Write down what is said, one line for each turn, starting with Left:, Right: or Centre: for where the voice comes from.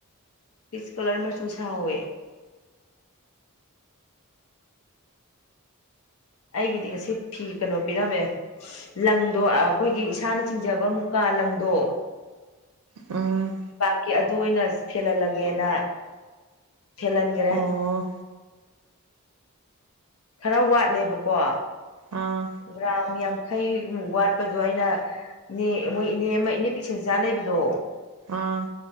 Left: ꯐꯤꯁ ꯀꯂꯔ ꯃꯆꯨ ꯁꯥꯍꯧꯋꯦ ꯑꯩꯒꯤꯗꯤ ꯉꯁꯤ ꯐꯤ ꯀꯩꯅꯣ ꯄꯤꯔꯝꯃꯦ ꯂꯪꯗꯣ ꯑ ꯑꯈꯣꯏꯒꯤ ꯏꯁꯥꯅ ꯆꯤꯡꯖꯕ ꯃꯨꯛꯀꯥ ꯀꯥ ꯂꯪꯗꯣ
Right: ꯎꯝ
Left: ꯀꯤ ꯑꯗꯨ ꯑꯣꯏꯅ ꯐꯦꯜꯍꯜꯂꯒꯦꯅ ꯐꯦꯜꯍꯟꯒꯔꯦ
Right: ꯑꯣ
Left: ꯈꯔ ꯋꯥꯠꯂꯦꯕꯀꯣ
Right: ꯑꯥ
Left: ꯒ꯭ꯔꯥꯝ ꯌꯥꯡ ꯈꯩꯃꯨꯛ ꯋꯥꯠꯄꯗꯣ ꯑꯩꯅ ꯏꯅꯦ ꯃꯣꯏ ꯏꯅꯦ ꯑꯃ ꯏꯅꯦ ꯄꯤꯁꯪꯆꯥ ꯂꯩꯕꯗꯣ
Right: ꯑꯥ